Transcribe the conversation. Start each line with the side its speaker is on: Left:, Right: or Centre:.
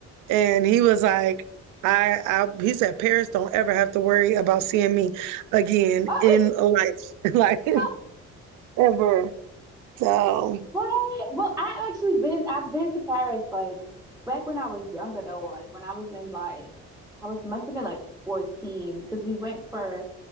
Right: And he was like, I, I, he said, Paris don't ever have to worry about seeing me again
Centre: Oh,
Right: in life, <laughs> like
Centre: <laughs>
Right: ever. So,
Centre: What? Well, I actually been I've been to Paris like back when I was younger though, like when I was in like I was must have been like 14 because we went for